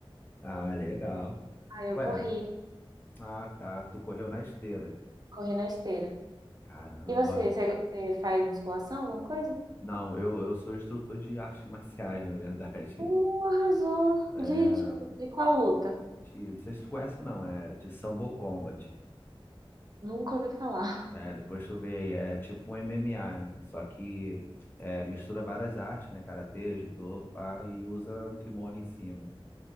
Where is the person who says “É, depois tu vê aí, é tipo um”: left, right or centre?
Left